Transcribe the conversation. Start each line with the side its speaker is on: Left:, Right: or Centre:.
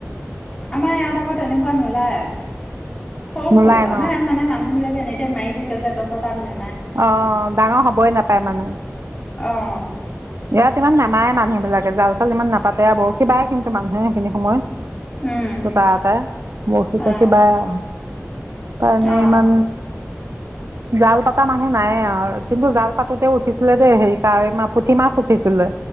Left: আমাৰ ইয়াত আকৌ তেনেকুৱা নোলায়। সৰু-সৰু,
Right: নোলাই ন
Left: আমাৰ ইয়াত মানে মানুহবিলাক এনে টাইম মাৰি থাকে যে তহঁতৰ তাত নাই
Right: অ' ডাঙৰ হ'বই নাপায় মানে।
Left: অ'।
Right: ইয়াত ইমান নামাএ মানুহবিলাকে জাল-চাল ইমান নাপাতে আৰু বৰশী বায় কিন্তু মানুহে, সেইখিনি সময়ত।
Left: উম
Right: <unintelligible> বশি-চশি
Left: অঁ
Right: বাই আও কাৰণে
Left: অঁ
Right: ইমান। জাল পাতা মানুহ নাইয়ে আৰু, কিন্তু জাল পাতোতেও উঠিছিলে দেই হেৰি কাৱৈ মা-পুঠি মাছ উঠিছিলে।